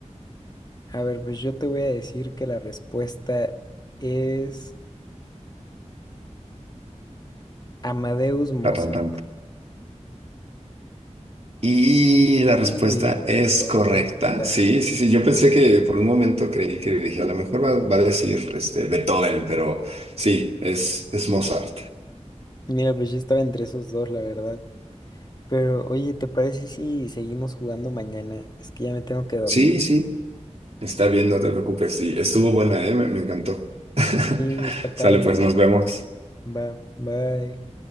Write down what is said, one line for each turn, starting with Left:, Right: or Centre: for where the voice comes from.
Left: A ver, pues yo te voy a decir que la respuesta es... Amadeus Mozart.
Right: La tan, tan. Y la respuesta
Left: Uy,
Right: es
Left: correcta.
Right: correcta. Sí, sí, sí. Yo pensé que por un momento creí que dije, a lo mejor va, va a decir este, Beethoven, pero sí, es, es Mozart.
Left: Mira, pues yo estaba entre esos dos, la verdad. Pero, oye, ¿te parece si seguimos jugando mañana? Es que ya me tengo que dormir.
Right: Sí, sí. Está bien, no te preocupes. Sí, estuvo buena, ¿eh? Me, me encantó. <laughs>
Left: Sí, está padre.
Right: Sale, pues nos vemos.
Left: Va, bye.